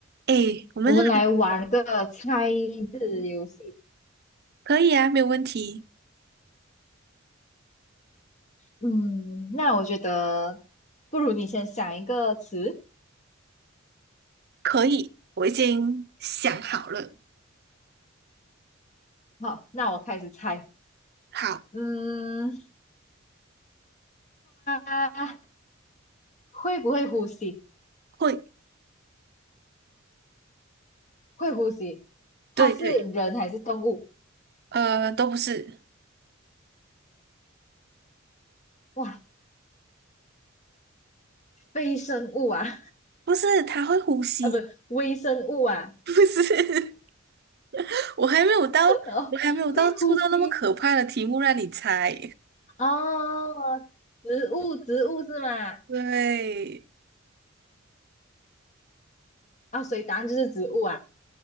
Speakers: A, on the right; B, on the left.
A: 哎，我们来，
B: 我们来玩个猜字游戏。
A: 可以啊，没有问题，
B: 嗯，那我觉得不如你先想一个词。
A: 可以，我已经想好了，
B: 好，那我开始猜。
A: 好，
B: 嗯，它会不会呼吸？
A: 会，
B: 会呼吸。
A: 对对，
B: 它是人还是动物？
A: 呃，都不是，
B: 哇，非生物啊，
A: 不是，它会呼吸，
B: <laughs> 啊，不，微生物啊。
A: 不是，<laughs> 我还没有到，
B: <laughs> 哦，
A: 我还没有到出到那么可怕的题目让你猜，
B: 会呼吸哦，植物，植物是吗？
A: 对，
B: 啊，所以答案就是植物啊。